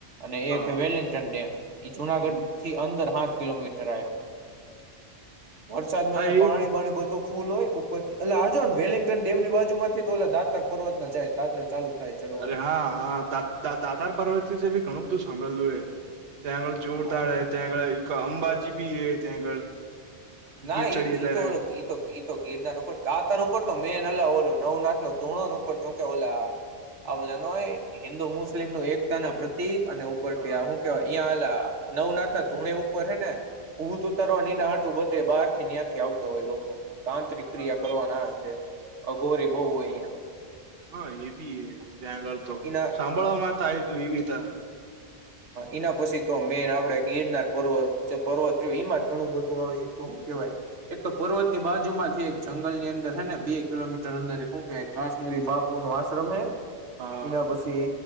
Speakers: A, on the right; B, on the right.
A: અને
B: હા
A: એક હે વેલિંગ્ટન ડેમ ઈ જુનાગઢ
B: હમ
A: થી અંદર હાઠ કિલોમીટર વરસાદમાં
B: હા
A: અયા
B: એ
A: પાણી બાણી બધું ફૂલ હોય ઉપરથી એટલે આજો ને વેલિંગ્ટન ડેમની બાજુ માંથી તો ઓ દાતર પર્વત ના જાય દાદરા ચાલુ થાય ચડવાના
B: અરે હા હા દાતાર પર્વત વિશે ભી ઘણું બધું સાંભળેલું એ ત્યાં આગળ જોરદાર
A: હા
B: હે ત્યાં આગળ એક અંબાજી ભી હે ત્યાં આગળ
A: ના
B: ગીર
A: ઈ
B: ચડીએ ત્યારે
A: તો ઓ તો ઈતો ગિરનાર ઉપર દાતર ઉપર તો મેન ઓ ઓલો નવનાથ નો ધૂણોન ઉપર કે ઓલા આ બધા નો હોય હિન્દુ મુસ્લિમનું એકતા ના પ્રતિક અને ઉપરથી
B: હા
A: આ શું કેવાય અં નવ નાથ ના ધૂણે ઉપર હે ને ભૂત ઉતારવા ને એના હાટુ તે બહાર થી ન્યાથી આવતો હોય લોકો તાંત્રિક ક્રિયા
B: હા
A: કરવાના આ ને તે અઘોરી બવ હોય અહિયાં
B: હા એ બી હે ત્યાં આગળ તો
A: ઈના
B: સાંભળવામા આવ્યુ તું એ બી ત
A: એના પછી તો મેન આપડે ગિરનાર પર્વત જે પર્વત ઈ જ ઘણું બધું આવે હું કેવાય એક તો પર્વત ની બાજુમાંથી એક જંગલની અંદર હેને બે કિલોમીટર અંદર કહેવાય બાપુ નો આશ્રમ હે
B: હા
A: એના પછી